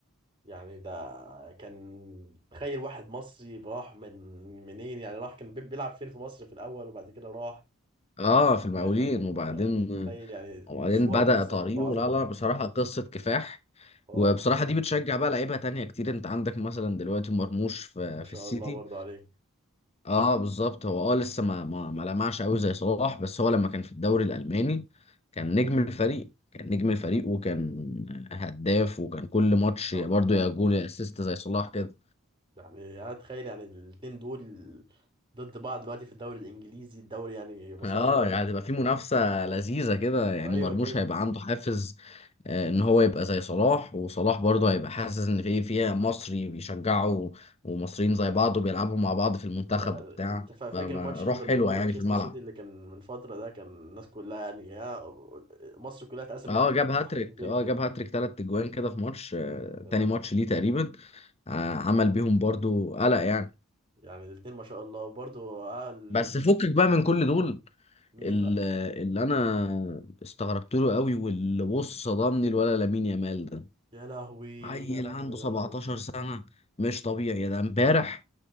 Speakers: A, on the right (about 20°); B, on the left (about 30°).
A: يعني ده كان تخيل واحد مصري راح من منين يعني راح كان بي- بيلعب فين في مصر في الأول وبعد كده راح
B: اه في المقاولين
A: سافر و-
B: وبعدين
A: ويعني تخيل يعني المشوار
B: وبعدين بدأ
A: ده أصلا
B: طريقه
A: كله عظمة
B: لا لا بصراحة قصة كفاح
A: اه
B: وبصراحة دي بتشجع بقى لعيبة تانية كتير انت عندك مثلا دلوقتي مرموش في,
A: ما شاء
B: في السيتي
A: الله برضو عليه ان
B: اه بالظبط هو اه لسه ما ما, ما لمعش قوي زي صلاح بس هو لما كان في الدوري الألماني كان نجم الفريق كان نجم الفريق وكان هداف وكان كل ماتش
A: شاء
B: برضه
A: الله.
B: يا جول يا اسيست زي صلاح كده
A: يعني انا اتخيل يعني الاتنين دول ضد بعض دلوقتي في الدوري الانجليزي الدوري يعني ما
B: اه
A: شاء الله
B: يعني هتبقى في منافسة لذيذة كده يعني
A: ايوه
B: مرموش
A: كده
B: هيبقى عنده حافز آه، ان هو يبقى زي صلاح وصلاح برضه هيبقى حاسس ان في فيها مصري بيشجعه و- ومصريين زي بعض وبيلعبوا مع بعض في المنتخب
A: يعني
B: وبتاع
A: انت فا- فاكر
B: فروح
A: ماتش ليفربول
B: حلوة
A: ومانشستر
B: يعني في الملعب
A: سيتي اللي كان من فتره ده كان الناس كلها يعني يا مصر كلها اتقسمت
B: اه جاب هاتريك
A: حتتين
B: اه
A: كده
B: جاب هاتريك تلات اجوان كده في ماتش آه،
A: يا لهوي
B: تاني ماتش ليه تقريبا آه، عمل بيهم برضه قلق يعني
A: يعني الاتنين ما شاء الله وبرضه آه ال-
B: بس
A: طب
B: فكك بقى من كل دول
A: مين
B: ال-
A: بقى
B: اللي انا استغربت له قوي واللي بص صدمني الولا لامين يامال ده
A: يا لهوي
B: عيل
A: يا لهوي
B: عنده
A: يا
B: 17
A: لهوي يا لهوي.
B: سنة مش طبيعي ده امبارح